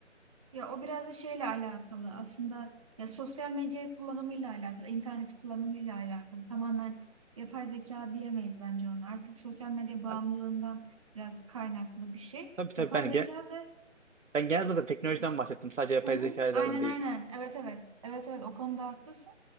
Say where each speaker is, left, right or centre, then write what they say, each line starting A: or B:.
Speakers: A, on the right; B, on the right.
A: Ya o biraz da şeyle alakalı aslında ya sosyal medya kullanımıyla alakalı, internet kullanımıyla alakalı. Tamamen yapay zeka diyemeyiz bence ona. Artık sosyal medya bağımlılığından
B: Yani
A: biraz kaynaklı bir şey.
B: tabii tabii
A: Yapay
B: ben
A: zeka
B: ge-
A: da
B: Ben genel zaten teknolojiden
A: e, ş-
B: bahsettim. Sadece yapay
A: Hı hı.
B: zekadan
A: aynen
B: değil.
A: aynen. Evet evet. Evet evet o konuda haklısın.